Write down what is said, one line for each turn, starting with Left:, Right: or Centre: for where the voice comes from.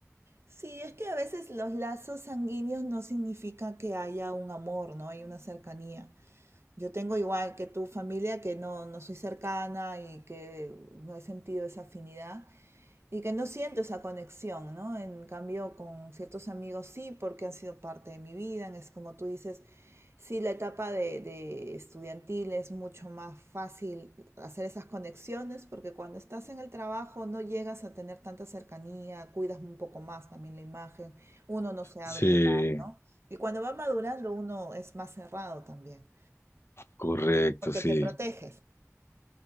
Right: Sí, es que a veces los lazos sanguíneos no significa que haya un amor, ¿no? Hay una cercanía. Yo tengo igual que tu familia que no, no soy cercana y que no he sentido esa afinidad, y que no siento esa conexión, ¿no? En cambio, con ciertos amigos sí, porque han sido parte de mi vida. Es como tú dices, sí, la etapa de, de estudiantil es mucho más fácil hacer esas conexiones, porque cuando estás en el trabajo no llegas a tener tanta cercanía, cuidas un poco más también la imagen, uno no se abre
Left: Sí,
Right: más, ¿no? Y cuando va madurando uno es más cerrado también,
Left: correcto,
Right: porque
Left: sí.
Right: te proteges.